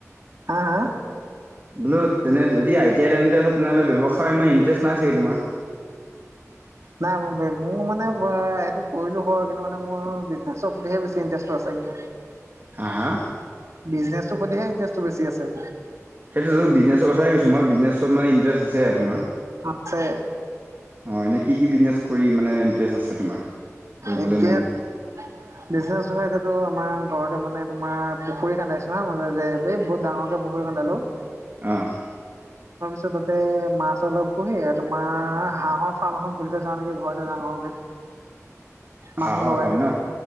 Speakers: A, on the right (about 70°); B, on the right (about 40°).
A: হা, হা।
B: বোলো, তেনে যদি আই টি আই লাইনতে হয়, তেনেহ'লে ব্যৱসায় ইমান ইণ্টাৰেষ্ট নাই চাগে তোমাৰ?
A: নাই, মোৰ - মোৰ মানে হ'ল বৰ সেইটো কৰিলো হয়, কিন্তু মানে মোৰ বিজনেছৰ প্ৰতিহে বেছি ইন যথেষ্ট আছে কিন্তু।
B: হা, হা।
A: বিজনেছটো প্ৰতিহে ইন্টাৰেষ্টটো বেছি আছে।
B: সেইটোতো, বিজনেছৰ কথাই কৈছো মই, বিজনেছত মানে ইণ্টাৰেষ্ট আছে আৰু তোমাৰ?
A: আছে
B: অ', এনেই কি কি বিজনেচ কৰিম, মানে ইণ্টাৰেষ্ট আছে তোমাৰ? কৰিবলৈ
A: এতিয়া,
B: মন
A: বিজনেচ ধৰা, এতিয়াটো আমাৰ ঘৰতে মানে তোমাৰ পুখুৰী খন্দাইছো হা <unintelligible> এই বহুত ডাঙৰকে পুখুৰী খান্দালো।
B: অ',
A: ত' তাতে মাছ অলপ পোহি আৰু তোমাৰ হাঁহৰ ফাৰ্ম এখন খুলি থৈ যাওঁ নেকি ঘৰত ডাঙৰকে
B: হাঁহৰ
A: মানুহ লগাই
B: ফাৰ্ম
A: থৈ,
B: ন